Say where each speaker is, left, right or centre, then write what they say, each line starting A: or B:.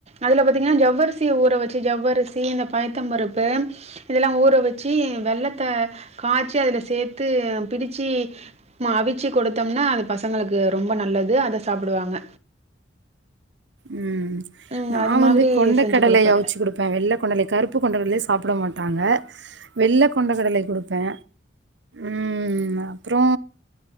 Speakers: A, on the right (about 35°); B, on the right (about 65°).
A: அதுல பாத்தீங்கன்னா ஜவ்வர்ஸ் சிய ஊற வச்சு ஜவ்வரிசி இந்த பயத்தம் பருப்பு இதெல்லா ஊற வச்சு வெள்ளத்த காச்சி அதுல சேத்து பிடிச்சி ம அவிச்சு கொடுத்தோம்னா அது பசங்களுக்கு ரொம்ப நல்லது அத சாப்டுவாங்க
B: ம்
A: ம்
B: நாவந்து
A: அது மாதிரி
B: கொண்ட
A: செஞ்சு
B: கடலை
A: குடுப்பே
B: அவிச்சு கொடுப் ப வெள்ள கொண்ட லை கருப்பு கொண்ட கட்லை சாப்ட மாட்டாங்க வெள்ள கொண்ட கடலை கொடுப்பே ம் அப்புறோ